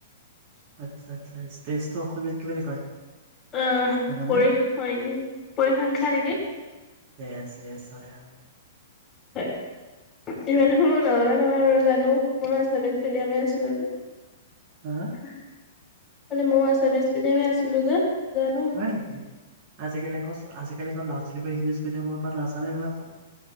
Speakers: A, on the right (about 40°); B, on the left (about 20°).
A: আচ্ছা আচ্ছা ষ্টেজটো অসমীত কি বুলি কয়।
B: অ
A: জানানে?
B: পৰিস সং পৰিসংখ্যা নেকি।
A: এছ এছ হয় হয়।
B: হয় ইমান নজনা নহয় বাৰু জানো মই। <unintelligible>
A: হা
B: মানে মই আছামিছ মিডিয়ামৰ আছিলিলো যে জানো।
A: হয় নেকি আজিকালি আজিকালি একৌ ল'ৰা ছোৱালীবোৰ ইংলিছ মিডিয়ামৰ পৰাত নাজানে নহয়।